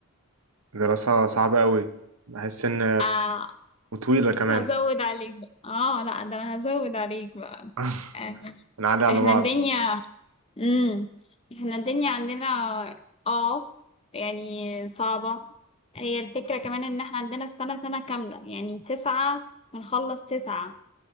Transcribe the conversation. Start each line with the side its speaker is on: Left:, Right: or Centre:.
Right: دراسة صعبة قوي بحس ان
Left: آه
Right: وطويلة كمان
Left: هزود عليك بقى اه لا ده انا هزود عليك بقى
Right: <laughs>
Left: آه.
Right: بنعلي على
Left: احنا
Right: بعض
Left: الدنيا امم احنا الدنيا عندنا اه يعني صعبة هي الفكرة كمان ان احنا عندنا السنة سنة كاملة يعني تسعة بنخلص تسعة